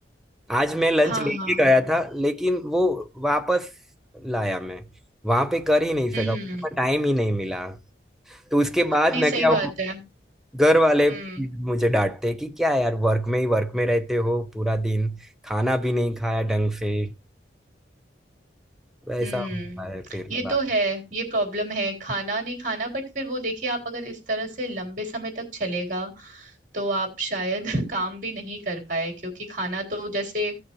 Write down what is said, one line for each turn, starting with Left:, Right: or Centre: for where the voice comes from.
Centre: आज मैं लंच
Right: हाँ
Centre: लेके गया था लेकिन वो वापस लाया मैं वहां पे कर ही नहीं सका
Right: हम्म
Centre: उतना टाइम ही नहीं मिला तो उसके बाद
Right: नहीं
Centre: ना
Right: सही
Centre: क्या
Right: बात
Centre: वो
Right: है
Centre: घर वाले
Right: हम्म
Centre: मुझे डांटते कि क्या यार वर्क में ही वर्क में रहते हो पूरा दिन खाना भी नहीं खाया ढंग से वैसा
Right: हम्म
Centre: होता है फिर
Right: ये
Centre: बात
Right: तो है ये प्रॉब्लम है खाना नहीं खाना बट फिर वो देखिए आप अगर इस तरह से लंबे समय तक चलेगा तो आप शायद <laughs> काम भी नहीं कर पाए क्योंकि खाना तो जैसे